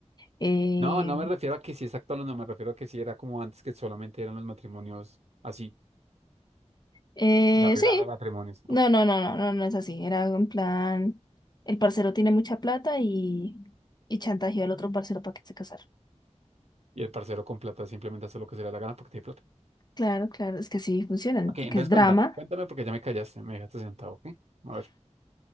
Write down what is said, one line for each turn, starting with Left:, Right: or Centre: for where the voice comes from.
Left: Eh,
Right: No, no me refiero a que si es actual o no, me refiero a que si era como antes que solamente eran los matrimonios así,
Left: eh,
Right: se arreglan
Left: sí.
Right: los matrimonios,
Left: No,
Right: ok.
Left: no, no, no, no, no es así. Era algo en plan, el parcero tiene mucha plata y, y chantajeó al otro parcero para que se casara.
Right: Y el parcero con plata simplemente hace lo que se le da la gana porque tiene plata.
Left: Claro, claro, es que sí funcionan,
Right: Ok,
Left: porque
Right: entonces
Left: es
Right: cuéntame,
Left: drama.
Right: cuéntame porque ya me callaste, me dejaste sentado, ok. A ver,